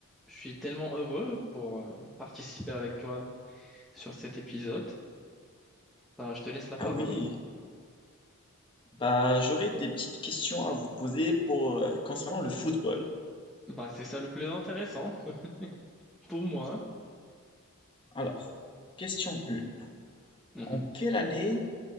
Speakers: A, in the centre; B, on the left.
A: je suis tellement heureux pour euh, participer avec toi sur cet épisode. Bah, je te laisse la
B: ah
A: parole.
B: oui, bah j'aurais des petites questions à vous poser pour euh, concernant le football.
A: Bah, c'est ça le plus intéressant <laughs> pour moi.
B: Alors, question 1.
A: Mhm.
B: En quelle année